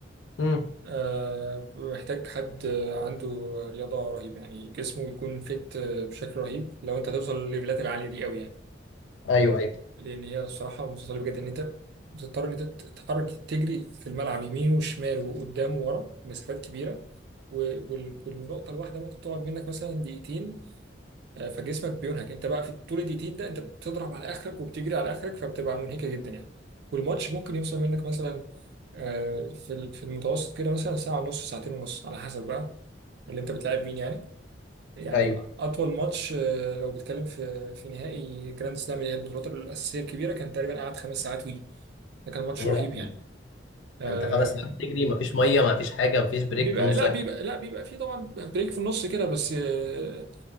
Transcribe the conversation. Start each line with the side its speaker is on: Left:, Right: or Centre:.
Left: امم
Right: آه، محتاج حد عنده رياضة رهيبة يعني جسمه يكون فت بشكل رهيب لو انت توصل للليفلات العالية دي قوي يعني
Left: ايوه ايوه
Right: لأن هي الصراحة متطلبة جدا إن أنت بتضطر إن أنت تتحرك تجري في الملعب يمين وشمال وقدام وورا مسافات كبيرة و- وال- والنقطة الواحدة ممكن تقعد منك مثلا دقيقتين آه، فجسمك بينهك أنت بقى في طول الدقيقتين ده أنت بتضرب على آخرك وبتجري على آخرك فبتبقى منهكة جدا يعني والماتش ممكن يوصل منك مثلا آه، في ال- في المتوسط كده مثلا ساعة ونص ساعتين ونص على حسب بقى اللي انت بتلعب مين يعني يعني
Left: ايوه
Right: اطول ماتش آه، لو بتكلم في في نهائي جراند سلام اللي هي البطولات الاساسيه الكبيره كان تقريبا قعد خمس ساعات وي ده كان ماتش
Left: يا
Right: رهيب
Left: لهوي
Right: يعني آم،
Left: انت خمس ساعات بتجري مفيش ميه مفيش حاجه مفيش بريك
Right: بيبقى
Left: في النص
Right: لا بيبقى لا بيبقى فيه طبعا بريك في النص كده بس آه،